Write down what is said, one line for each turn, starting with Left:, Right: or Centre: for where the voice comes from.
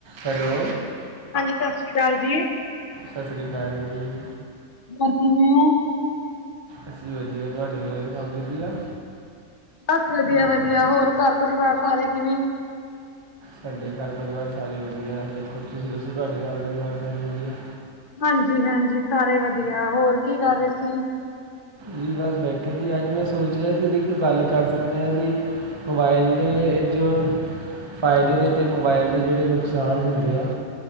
Right: Hello
Left: ਹਾਂਜੀ ਸਤਿ ਸ਼੍ਰੀ ਅਕਾਲ ਜੀ
Right: ਸਸਰੀ ਕਾਲ ਜੀ।
Left: ਹੋਰ ਕਿਵੇਂ ਓ।
Right: ਅਸੀਂ ਵਧੀਆ, ਤੁਹਾਡੇ ਘਰ ਸਭ ਵਧੀਆ?
Left: ਬਸ ਵਧੀਆ ਵਧੀਆ, ਹੋਰ ਘਰ ਪਰਿਵਾਰ ਸਾਰੇ ਕਿਵੇਂ?
Right: ਸਾਡੇ ਘਰ ਪਰਿਵਾਰ ਸਾਰੇ ਵਧੀਆ, ਦੇਖੋ ਤੁਸੀਂ ਦੱਸੋ ਤੁਹਾਡੇ ਘਰ ਪਰਿਵਾਰ ਸਾਰੇ ਵਧੀਆ?
Left: ਹਾਂਜੀ ਹਾਂਜੀ, ਸਾਰੇ ਵਧੀਆ, ਹੋਰ ਕੀ ਕਰ ਰਹੇ ਸੀ?
Right: ਜੀ ਬਸ ਬੈਠੇ ਸੀ, ਅੱਜ ਮੈਂ ਸੋਚ ਰਿਹਾ ਸੀ, ਦੇਖੋ ਕੋ ਗੱਲ ਕਰ ਸਕਨੇ ਐ ਐਸੀ। ਮੋਬਾਈਲ ਦੇ ਜੋ ਫਾਇਦੇ ਨੇ ਤੇ ਮੋਬਾਇਲ ਦੇ ਜਿਹੜੇ ਨੁਕਸਾਨ ਹੁੰਦੇ ਆ-